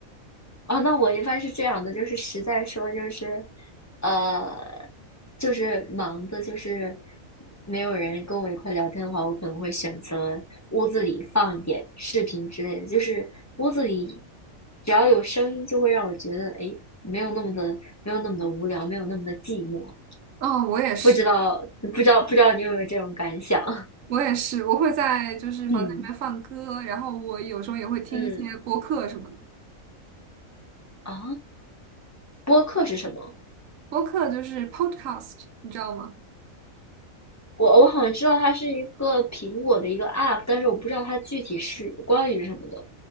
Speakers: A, on the left; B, on the right.
A: 哦，那我一般是这样的，就是实在说，就是，呃，就是忙的，就是没有人跟我一块聊天的话，我可能会选择屋子里放一点视频之类的，就是屋子里只要有声音，就会让我觉得，哎，没有那么的，没有那么的无聊，没有那么的寂寞。
B: 嗯，我也是。
A: 不知道，不知道，不知道你有没有这种感想？<laughs>
B: 我也是，我会在就是房间里面放歌，
A: 嗯
B: 然后我有时候也会听一些播客什么的。
A: 嗯，啊，播客是什么？
B: 播客就是 podcast，你知道吗？
A: 我我好像知道它是一个苹果的一个 app，但是我不知道它具体是关于什么的。